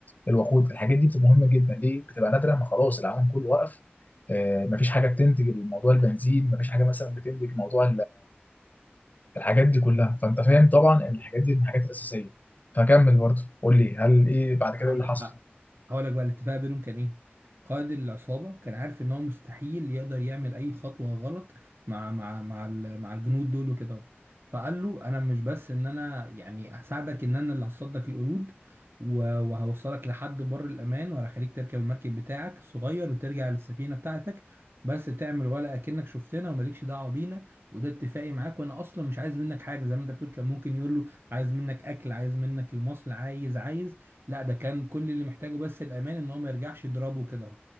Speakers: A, on the left; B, on the right.
A: الوقود الحاجات دي بتبقى مهمه جدا ليه بتبقى نادره ما خلاص العالم كله وقف آه، مفيش حاجه بتنتج الموضوع البنزين مفيش حاجه مثلا بتنتج موضوع الحاجات دي كلها فانت فاهم طبعا ان الحاجات دي من الحاجات الاساسيه فكمل برضه قول لي هل ايه بعد كده
B: عندك
A: إيه اللي حصل
B: حق هقول لك بقى الاتفاق بينهم كان ايه قائد العصابه كان عارف ان هو مستحيل يقدر يعمل اي خطوه غلط مع مع مع ال- مع الجنود دول وكده فقال له انا مش بس ان انا يعني هساعدك ان انا اللي هصطاد لك القرود و- وهوصلك لحد بر الامان وهخليك تركب المركب بتاعك الصغير وترجع للسفينه بتاعتك بس تعمل ولا اكنك شفتنا ومالكش دعوه بينا وده اتفاقي معاك وانا اصلا مش عايز منك حاجه زي ما انت بتقول كان ممكن يقول له عايز منك اكل عايز منك المصل عايز عايز لا ده كان كل اللي محتاجه بس الامان ان هو ما يرجعش يضربه كده اهو